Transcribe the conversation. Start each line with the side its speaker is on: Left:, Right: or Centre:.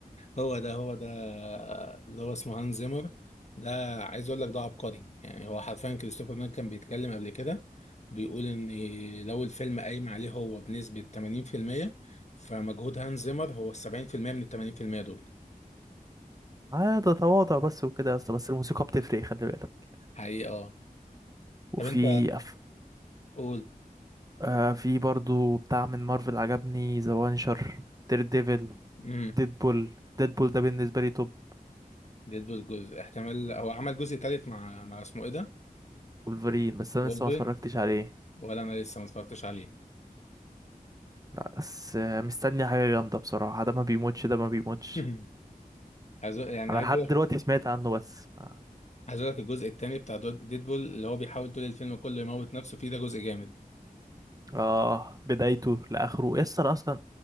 Left: هو ده هو ده اللي هو اسمه هانز زيمر ده عايز اقول لك ده عبقري يعني هو حرفيا كريستوفر نولان كان بيتكلم قبل كده بيقول ان لو الفيلم قايم عليه هو بنسبة 80% فمجهود هانز زيمر هو ال 70% من ال 80% دول
Right: اه ده تواضع بس وكده يا اسطى بس الموسيقى بتفرق خلي بالك
Left: حقيقة اه
Right: وفي
Left: طب انت
Right: أف...
Left: قول
Right: آه في برضو بتاع من مارفل عجبني ذا وانشر دير ديفل
Left: امم
Right: ديدبول ديدبول ده بالنسبة لي توب
Left: ديدبول جزء احتمال هو عمل جزء تالت مع مع اسمه ايه ده؟
Right: ولفرين بس انا
Left: وولفرين
Right: لسه ما اتفرجتش عليه
Left: ولا انا لسه ما اتفرجتش عليه
Right: لا بس آه، مستني حاجة جامدة بصراحة ده ما بيموتش ده ما بيموتش
Left: <laughs> عايز أقول- يعني
Right: انا
Left: عايز
Right: لحد دلوقتي سمعت عنه بس ما-
Left: عايز اقول لك الجزء التاني بتاع دود- ديدبول اللي هو بيحاول طول الفيلم كله يموت نفسه فيه ده جزء جامد
Right: اه بدايته لاخره يسر اصلا